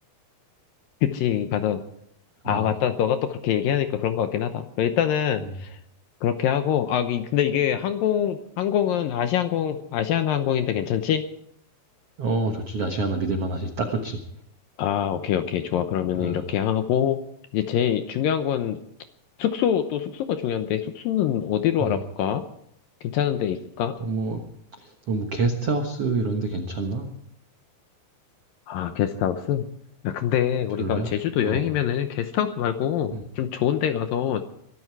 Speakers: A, on the left; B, on the right.
A: 그치. 가서, 아,
B: 어,
A: 맞다. 너가 또 그렇게 얘기하니까 그런 것 같긴 하다. 일단은,
B: 음.
A: 그렇게 하고, 아, 이- 근데 이게 항공, 항공은 아시아항공, 아시아나항공인데 괜찮지?
B: 어, 좋지. 아시아나 믿을 만하지. 딱 좋지.
A: 아, 오케이, 오케이. 좋아. 그러면은
B: 아,
A: 이렇게 하고, 이제 제일 중요한 건 숙소, 또 숙소가 중요한데, 숙소는 어디로
B: 음.
A: 알아볼까? 괜찮은 데 있을까?
B: 어, 뭐, 너뭐 게스트하우스 이런 데 괜찮나?
A: 아, 게스트하우스? 야, 근데 우리가
B: 별로야?
A: 제주도
B: 어,
A: 여행이면은 게스트하우스 말고
B: 음.
A: 좀 좋은 데 가서